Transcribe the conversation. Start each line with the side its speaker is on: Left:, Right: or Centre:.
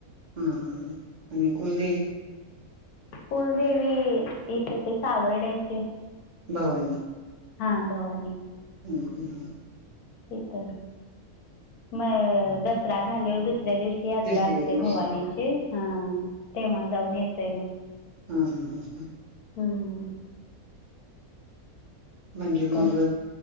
Right: हा हा ह आणि कुलदेवी?
Left: कुलदेवी इथं ते सावर्ड्याची- -
Right: भवानी.
Left: हा भवानी.
Right: हम्म ह.
Left: तथ मग दसरा झाल्यावर दुस ऱ्या दिवशी यात्रा
Right: दुसऱ्या
Left: असते
Right: दिवशी
Left: भवानीची. ह तेव्हा जाऊन येतोय मग.
Right: हम् हम् हम् ह
Left: हम्म
Right: म्हणजे मग
Left: तेच